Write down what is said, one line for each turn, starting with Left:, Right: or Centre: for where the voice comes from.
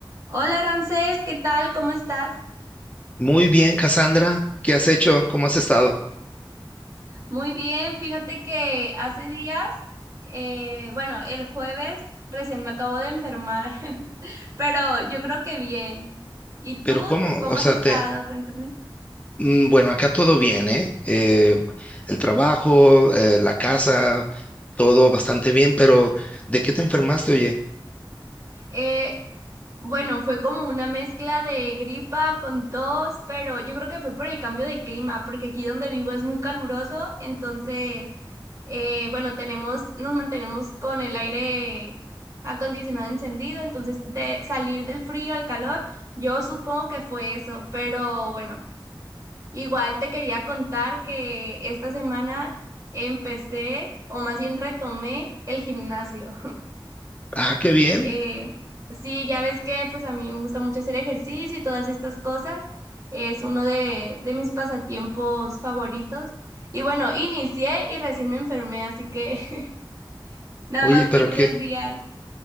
Right: Hola Ramsés, ¿qué tal? ¿Cómo estás?
Left: Muy bien, Cassandra. ¿Qué has hecho? ¿Cómo has estado?
Right: Muy bien, fíjate que hace días, eh, bueno, el jueves recién me acabo de enfermar, <laughs> pero yo creo que bien. ¿Y
Left: Pero
Right: tú
Left: ¿cómo?
Right: cómo
Left: O
Right: has
Left: sea,
Right: estado?
Left: te...
Right: Cuéntame.
Left: mm, Bueno, acá todo bien, ¿eh? Eh, el trabajo, eh, la casa, todo bastante bien, pero ¿de qué te enfermaste, oye?
Right: Eh, bueno, fue como una mezcla de gripa con tos, pero yo creo que fue por el cambio de clima, porque aquí donde vivo es muy caluroso, entonces, eh, bueno, tenemos, nos mantenemos con el aire acondicionado encendido, entonces de salir del frío al calor, yo supongo que fue eso, pero bueno, igual te quería contar que esta semana empecé, o más bien retomé el gimnasio.
Left: Ah, qué bien.
Right: Eh, sí, ya ves que pues a mí me gusta mucho hacer ejercicio y todas estas cosas. Es uno de, de mis pasatiempos favoritos. Y bueno, inicié y recién me enfermé, así que <laughs> nada
Left: Oye,
Right: más
Left: pero
Right: fui tres
Left: qué,
Right: días.